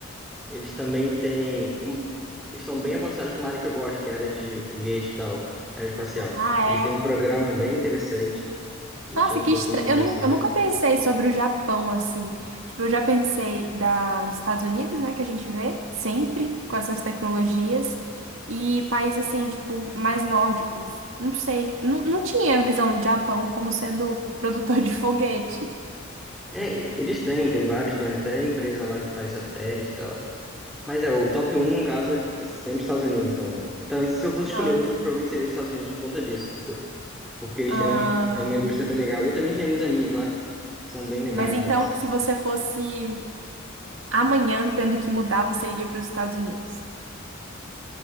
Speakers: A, in the centre; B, on the right.
A: Eles também têm. um- Eles são bem avançados numa área que eu gosto, que é a área de foguete e tal, aeroespacial.
B: Ah,
A: Eles
B: é?
A: têm um programa bem interessante, que
B: Nossa,
A: chama um
B: que
A: pouquinho
B: estranho.
A: a atenção.
B: Eu, nu- eu
A: né?
B: nunca pensei sobre o Japão assim. Tipo, eu já pensei da, dos Estados Unidos, né, que a gente vê sempre com essas tecnologias, e países assim, tipo, mais nórdicos. Não sei. Não, não tinha a visão do Japão como sendo produtor de foguete.
A: É, eles têm, tem vários, tem até empresa lá que faz satélite e tal. Mas é, o top um no caso, é sempre os Estados Unidos e tal. Então, se eu fosse
B: Nossa.
A: escolher outro, provavelmente seria os Estados Unidos por conta disso, entendeu? Porque eles
B: Ah,
A: têm uma, é uma indústria bem legal. Eu também tenho alguns amigos lá, são bem legais.
B: mas então,
A: eles-
B: se você fosse amanhã tendo que mudar, você iria para os Estados Unidos.